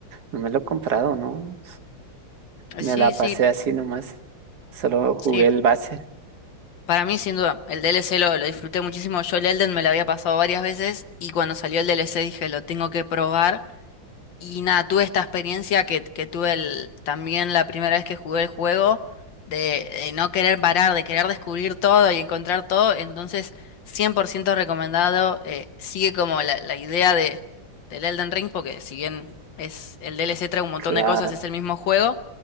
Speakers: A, on the right; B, on the left.
A: no me lo he comprado, ¿no?
B: Eh,
A: Me
B: Sí,
A: la pasé
B: sí,
A: así nomás. Solo jugué
B: sí.
A: el base.
B: Para mí, sin duda, el DLC lo, lo disfruté muchísimo. Yo el Elden me lo había pasado varias veces y cuando salió el DLC dije, lo tengo que probar. Y nada, tuve esta experiencia que, que tuve el- también la primera vez que jugué el juego, de, de no querer parar, de querer descubrir todo y encontrar todo. Entonces, 100% recomendado. eh, sigue como la, la idea de, del Elden Ring, porque si bien es el DLC trae un montón
A: Claro.
B: de cosas, es el mismo juego,